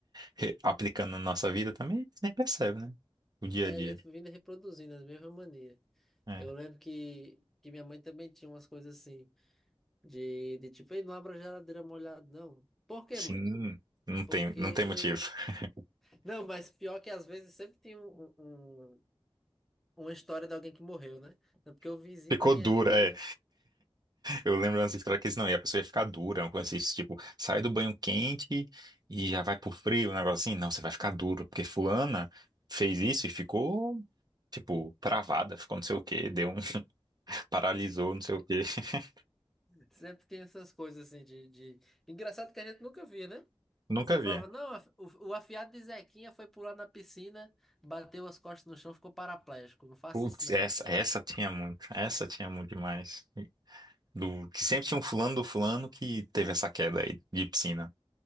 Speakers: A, on the right (about 45°); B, in the centre.
A: re- aplicando na nossa vida também, a gente nem percebe, né? O dia
B: É
A: a dia.
B: a gente vindo reproduzindo as mesmas manias.
A: É.
B: Eu lembro que, que minha mãe também tinha umas coisas assim, de, de tipo, ei, não abra a geladeira molhada, não. Por quê,
A: Sim,
B: mãe?
A: não tem,
B: Porque.
A: não tem motivo. <laughs>
B: <laughs> Não, mas pior que às vezes sempre tem um, um- um- uma história de alguém que morreu, né? Não, Porque o vizinho
A: Ficou
B: da minha
A: dura,
B: tia
A: é. Eu lembro antes história que eles, não, e a pessoa ia ficar dura, uma coisa assim, tipo, sai do banho quente e já vai pro frio, um negócio assim, não, você vai ficar duro, porque fulana fez isso e ficou tipo, travada, ficou não sei o quê, deu um, <laughs> paralisou, não sei o quê. <laughs>
B: sempre tem essas coisas assim, de, de... Engraçado que a gente nunca via, né?
A: Nunca
B: Você
A: vi.
B: falava, não, af- o, o afiado de Zequinha foi pular na piscina, bateu as costas no chão, ficou paraplégico. Não faça
A: Putz,
B: isso, não.
A: essa, essa tinha muito, essa tinha muito demais. Do, que sempre tinha um fulano do fulano que teve essa queda aí de piscina.